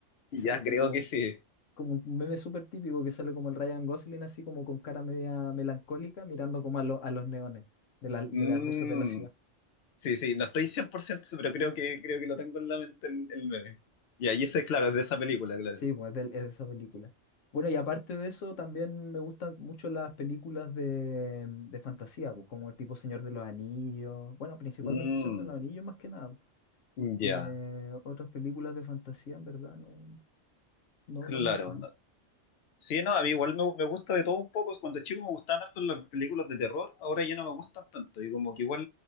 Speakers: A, on the left; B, on the left.
A: y
B: Y
A: sale
B: ya
A: como,
B: creo que sí.
A: como un meme súper típico que sale como el Ryan Gosling así como con cara media melancólica, mirando como a, lo- a los neones de, la- de
B: Mm,
A: las luces de la ciudad.
B: sí, sí, no estoy 100%, pero creo que, creo que lo tengo en la mente el, el meme. Ya, Y ahí ese, claro, es de esa película, claro.
A: Sí, pues del- es de esa película. Bueno, y aparte de eso, también me gustan mucho las películas de, de fantasía, pues como tipo Señor de los Anillos. Bueno, principalmente
B: Mm.
A: Señor de los Anillos más que nada,
B: Ya,
A: porque otras películas de fantasía en verdad no, no,
B: claro.
A: no mucho.
B: no- Sí, no, a mí igual me, me gusta de todo un poco. Cuando chico me gustaban harto las películas de terror, ahora ya no me gustan tanto. Y como que igual